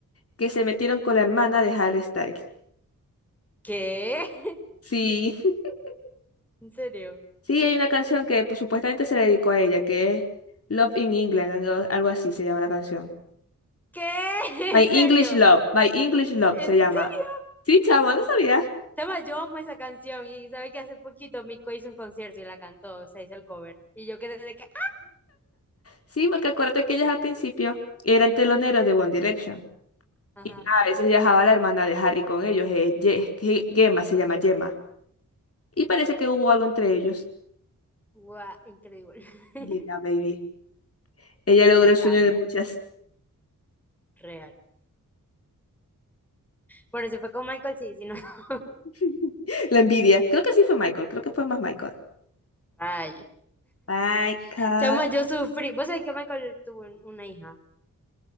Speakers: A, on the left; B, in the centre.
A: que se metieron con la hermana de Harry Styles.
B: ¿Qué? <laughs>
A: Sí, <laughs>
B: ¿En serio?
A: sí, hay una canción que pues, supuestamente se le dedicó a ella, que es Love in England, algo algo así se llama la canción.
B: ¿Qué? <laughs>
A: My
B: ¿En
A: English
B: serio?
A: Love, My English Love
B: ¿En
A: se llama.
B: serio?
A: Sí, chavo, no sabía.
B: Chama, yo amo esa canción y sabe que hace poquito Mico hizo un concierto y la cantó, o sea, hizo el cover. Y yo quedé de que, ¡ah!
A: Sí, porque acuérdate que ellas al principio eran teloneros de One Direction.
B: Ajá,
A: Y a veces viajaba la hermana de Harry con ellos, eh, Ye- Ge- Gemma se llama Gemma. y parece que hubo algo entre ellos.
B: guau, increíble. <laughs>
A: Yeah, baby. Ella
B: No
A: logró el sueño
B: sabía,
A: de muchas.
B: real. Bueno, si fue con Michael, sí, si no. <laughs>
A: <laughs> La envidia. Creo que sí fue Michael, creo que fue más Michael.
B: Ay,
A: Michael.
B: chama, yo sufrí. ¿Vos sabés que Michael tuvo un- una hija?